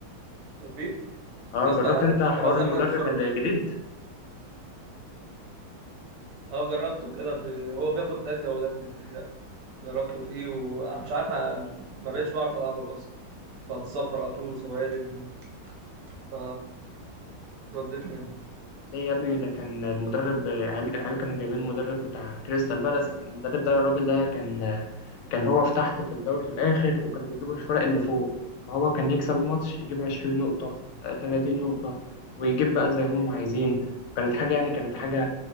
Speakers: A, on the right; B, on the left.
A: تطبيق
B: اه
A: يا اسطى
B: جربت
A: انا
B: انت حوار
A: بزهق
B: المدرب
A: منها بسرعه
B: الجديد
A: اه جربته كده في هو بياخد تلات جولات بتهيأ جربته فيه وانا مش عارف أنا مش- ما بقتش بعرف العبه اصلا بتصفر على طول وسوالب و... ف جضيت منها
B: ليه يا ابني ده كان المدرب العيال العيال كانوا جايبين المدرب بتاع كريستال بالاس المدرب ده الراجل ده كان كان هو في تحت في الدوري في الاخر وكانوا بيجيبوا الفرق اللي فوق فهو كان يكسب الماتش يجيب 20 نقطة آه، 30 نقطة ويجيب بقى زي هم عايزين وكانت حاجة يعني كانت حاجة